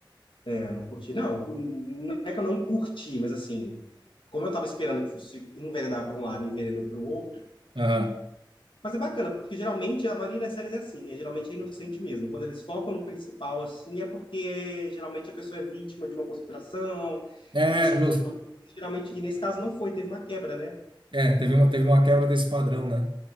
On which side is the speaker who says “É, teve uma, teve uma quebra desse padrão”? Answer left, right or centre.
Right